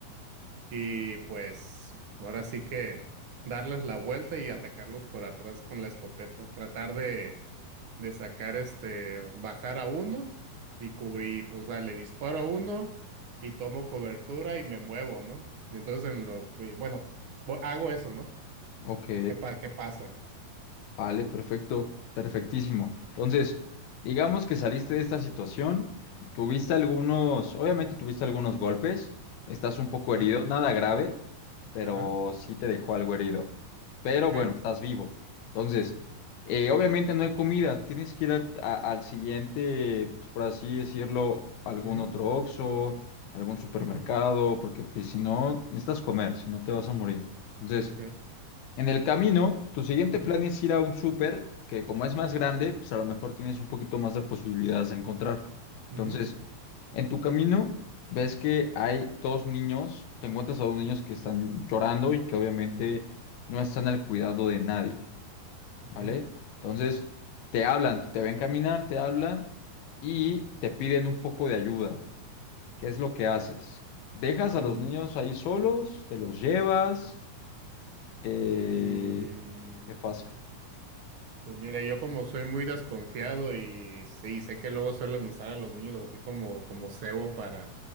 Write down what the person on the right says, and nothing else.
y pues ahora sí que darles la vuelta y atacarlos por atrás con la escopeta, tratar de sacar este, bajar a uno y cubrir, pues, o sea, le disparo a uno y tomo cobertura y me muevo, ¿no? Y entonces, en lo, y bueno, voy- hago eso, ¿no?
¿Qué, pa- qué pasa?
Ajá,
ajá,
ok,
ujú,
ujú,
ok,
ujú,
ujú,
ujú,
mm,
mm.
Pues mira, yo como soy muy desconfiado y sí, sé que luego suelen usar a los niños así como, como cebo para,